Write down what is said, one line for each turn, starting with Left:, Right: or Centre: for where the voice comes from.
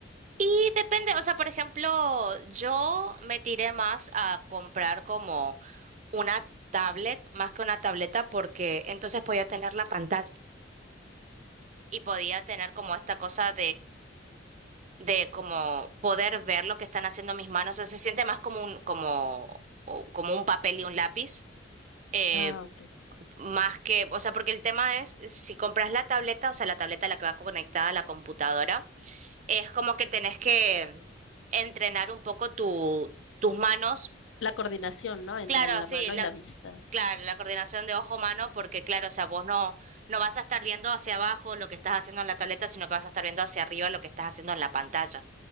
Right: Y depende, o sea, por ejemplo, yo me tiré más a comprar como una tablet, más que una tableta, porque entonces podía tener la pantalla y podía tener como esta cosa de como poder ver lo que están haciendo mis manos. O sea, se siente más como un, como, o- como un papel y un lápiz. eh,
Left: Ah, ok.
Right: más que, o sea, porque el tema es, si compras la tableta, o sea, la tableta a la que va conectada a la computadora, es como que tenés que entrenar un poco tu, tus manos.
Left: La coordinación, ¿no? Entre
Right: Claro,
Left: la
Right: sí,
Left: mano
Right: la,
Left: y la vista.
Right: claro, la coordinación de ojo-mano, porque claro, o sea, vos no, no vas a estar viendo hacia abajo lo que estás haciendo en la tableta, sino que vas a estar viendo hacia arriba lo que estás haciendo en la pantalla.